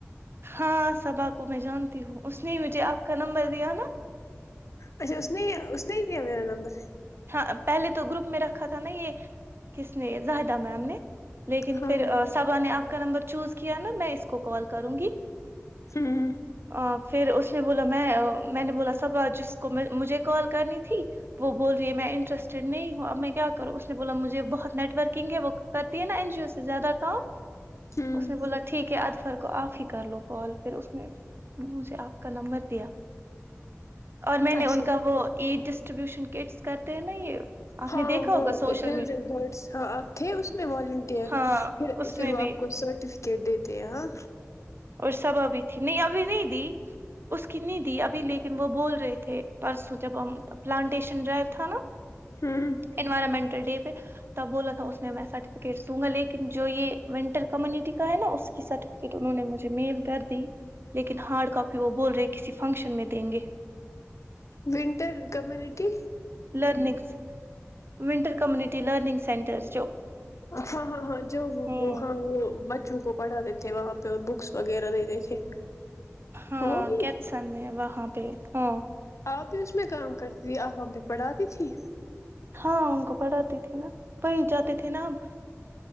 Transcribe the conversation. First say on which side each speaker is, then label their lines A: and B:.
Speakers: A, on the right (about 50°); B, on the left (about 75°).
A: ہاں صبا کو میں جانتی ہوں اس نے مجھے آپ کا نمبر دیا نا
B: اچھا اس نے اس نے دیا میرا نمبر
A: ہاں پہلے تو گروپ میں رکھا تھا نا یہ کس نے زاہدہ میم نے لیکن
B: ہاں
A: پھر
B: ہوں
A: سبا نے آپ کا نمبر چوز کیا نا میں اس کو کال کروں گی
B: ہوں
A: آ، پھر اس نے بولا میں میں نے بولا صب جس کو مجھے کال کرنی تھی وہ بول میں انٹرسٹڈ نہیں ہوں اب میں کیا کروں اس نے بولا مجھے بہت نیٹ ورکنگ ہے وہ کرتی ہے نا این جی او سے زیادہ کام
B: ہوں
A: اس نے بولا ٹھیک ہے ادفر کو آپ ہی کر لو کال پھر اس نے مجھے آپ کا نمبر دیا اور میں نے
B: اچھا
A: ان کا وہ عید اسٹربیش کرٹس کرتے ہیں یہ آپ
B: ہاں
A: نے دیکھا
B: وہ
A: ہوگا سوشل
B: ہلز
A: میڈیا
B: اینڈ ہرڈس ہاں آپ تھے اس میں والنٹیئر
A: ہاں
B: پ
A: اس
B: پھر
A: میں
B: وہ
A: بھی
B: آپ کو سرٹیفکیٹ دیتے ہیں ہاں
A: اور سب ابھی تھی نہیں اب نہیں دی اس کی نہیں دی ابھی لیکن وہ بول رہے تھے پرسوں جب پلانٹیشن ڈرائیو تھا نا
B: ہوں
A: انوائرمنٹل ڈے ت بولا تھا اس میں سرٹیفکیٹ دوں گا لیکن جو یہ ونٹر کمیونٹی کا ہے نا اس کی سرٹیفکیٹ انہوں نے مجھے میل کر دی لیکن ہارڈ کاپی وہ بول رہے کسی فنکشن میں دیں گے
B: winter community
A: learns winter community ٹی لرنگ سینٹرس
B: ہاں ہاں ہاں جو
A: ہوں
B: وہ ہاں وہ بچوں کو پڑھاتے تھے وہاں پہ اور بکس وغیرہ دتے تھے
A: ہاں
B: وہی
A: کیتسن میں وہاں پہ ہاں
B: آپ بھی اس میں کام کرتی تھی آپ آ پہ پڑھاتی تھی
A: ہاں ان کو پڑھاتی تھی نا پہچ جاتے تھے نا اب